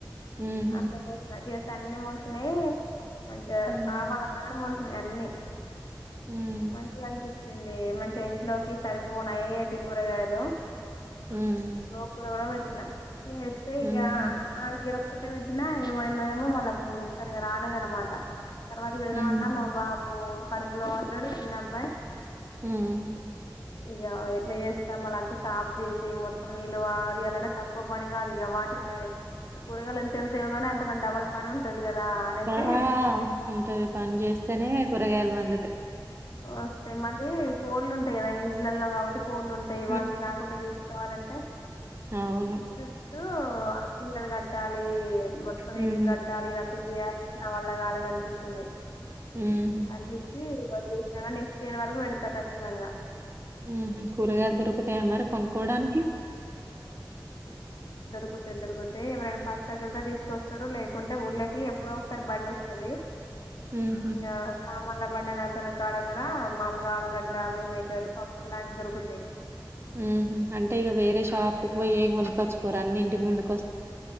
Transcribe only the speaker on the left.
అట్ల చేసిన చె స్తే అన్ని మోలిసినాయి మంచిగా
ఆవాల కానుంచి మోలిసినాయి అన్నీ
మంచిగా అనిపించింది మంచిగా ఇంట్లోకి సరిపోను అయేటివి కూరగాయలు
గోంగూర కూడా పెట్టినా చేస్తే
ఇగా
ఆగిర ఒకటే పెట్టినా ఏమోన్నదో ఏమో మళ్లా సరిగా రాలేదు అన్నమాట తర్వాత పెడదాం
అన్నా మా బాబు కడుపులో పడ్డడు చిన్న అబ్బాయి
ఇగ ఎట్లా చేస్తా మళ్ల అంతా సాఫ్ చేసి మొత్తం నీళ్లు వారి యాలంటే తక్కువ పని గాదు ఇగ వాటికి కూరగాయలు ఎంత ఎళ్తయోగానీ అంతకన్నా డబల్ పని ఉంటది కదా అనేసి
వస్తాయి మళ్లీ కోళ్ళు ఉంటాయి కదా ఇండ్లలో కాబట్టి కోళ్ళు ఉంటాయి
వాటిని రాకుండా చూసుకోవాలంటే
చుట్టూ చీరలు కట్టాలి మొత్తం
వెనుక కట్టాలి ఇదంతా తా చేయాలని నా వల్ల కాలేదు అనిపించింది
అనిపించి చేసిన కాని నెక్స్ట్ ఇయర్ వరకు పెడుతా కచ్చితంగా
<unintelligible> వోతే ఎవరైనా <unintelligible> తీసుకొస్తారు లేకుంటే ఊళ్ళోకి ఎప్పుడో ఒకసారి బండి వస్తది
ఇంగ సామాన్ల బండి అనే అతను కాడ కూడా మామూలుగా ఆలుగడ్డ మిల్ మేకర్లు పప్పు లాంటివి దొరుకుతయి
ఇంకా